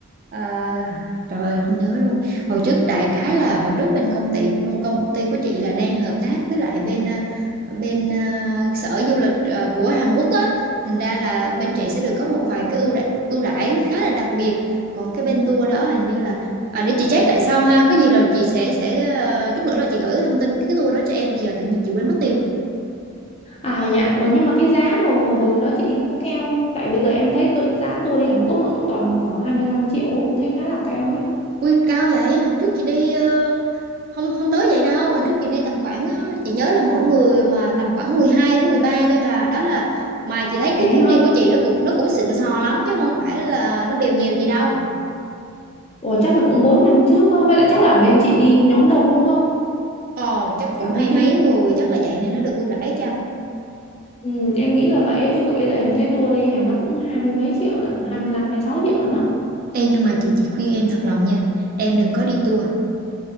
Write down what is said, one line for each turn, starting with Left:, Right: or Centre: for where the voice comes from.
Right: à, trời ơi, không nhớ luôn. Hồi trước đại khái là hồi trước bên công ty công công ty của chị là đang hợp tác với lại bên à, bên à, sở du lịch à, của Hàn Quốc á, thành ra là bên chị sẽ được có một vài cái ưu đãi ưu đãi khá là đặc biệt. Còn cái bên tour đó hình như là à, để chị check lại sau ha. Có gì rồi chị sẽ sẽ à, chút nữa là chị gửi thông tin cái, cái tour đó cho em. Bây giờ tự nhiên chị quên mất tiêu.
Left: À dạ, Ủa, nhưng mà cái giá hồi hồi hồi hồi đó chị đi có cao không? Tại bây giờ em thấy tôi, giá tour đi Hàn Quốc nó cũng toàn khoảng 25 triệu cũng thấy khá là cao ấy.
Right: Ui cao vậy hồi trước chị đi ờ, không không tới vậy đâu hồi trước chị đi tầm khoảng ờ, chị nhớ là mỗi người mà tầm khoảng 12 đến 13 thôi hà đó là mà chị thấy cái
Left: Rẻ
Right: chuyến
Left: ha.
Right: đi của chị nó cũng nó cũng xịn sò lắm chứ không phải là nó bèo nhiều gì đâu
Left: Ủa chắc là cũng 4 năm trước á, với lại chắc là bên chị đi nhóm đông đúng không?
Right: ờ chắc cũng
Left: Cả
Right: hay
Left: công ty.
Right: mấy người chắc là vậy nên nó được ưu đãi chăng
Left: Ừ, em nghĩ là vậy á, chứ còn bây giờ em thấy tour đi Hàn nó cũng hai mươi mấy triệu lận, 25 sáu triệu lận đó.
Right: ê nhưng mà chị chị khuyên em thật lòng nha em đừng có đi tour